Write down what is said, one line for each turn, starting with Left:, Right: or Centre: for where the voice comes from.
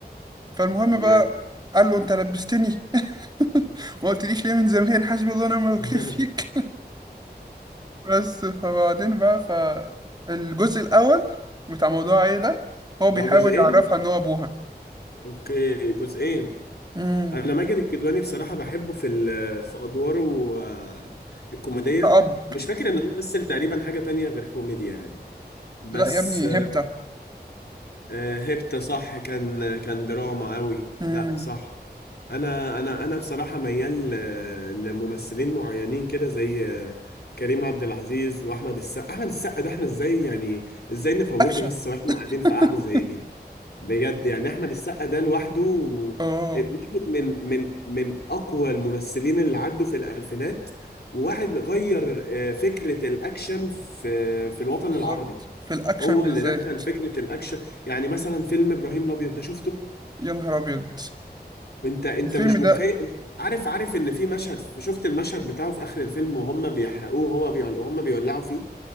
Right: فالمهم
Left: تمام
Right: بقى
Left: تمام
Right: قال له أنت لبستني <laughs> ما قلتليش ليه من زمان حسبي الله ونعم الوكيل
Left: <laughs>
Right: فيك بس فبعدين بقى فالجزء الأول بتاع موضوع ايه ده هو بيحاول
Left: هو جزئين
Right: يعرفها إن هو أبوها
Left: اوكي جزئين
Right: امم
Left: انا ماجد الكدواني بصراحة بحبه في ال- في ادواره آه، الكوميدية
Right: أب
Left: مش فاكر ان هو مثل تقريبا حاجة تانية غير كوميدي يعني بس
Right: لا يا ابني هبتة
Left: آه، هيبتا صح كان كان دراما قوي
Right: امم
Left: لا صح انا انا انا بصراحه ميال آه، لممثلين معينين كده زي آه، كريم عبد العزيز واحمد السقا احمد السقا ده احنا ازاي يعني ازاي نفوته
Right: أكشن
Left: بس واحنا قاعدين في
Right: <laughs>
Left: قعده زي دي بجد يعني احمد السقا ده لوحده
Right: اه
Left: آه، واحد من من من اقوى الممثلين اللي عدوا في الالفينات وواحد غير آه، فكره الاكشن في في الوطن
Right: بالظبط
Left: العربي
Right: في الأكشن
Left: هو
Right: بالذات
Left: اللي دخل فكره الاكشن يعني مثلا فيلم ابراهيم الابيض ده شفته
Right: يا نهار أبيض
Left: انت انت
Right: الفيلم
Left: مش
Right: ده
Left: متخيل انت عارف عارف ان في مشهد شفت المشهد بتاعه في اخر الفيلم وهم بيحرقوه هو بيول... وهم بيولعوا فيه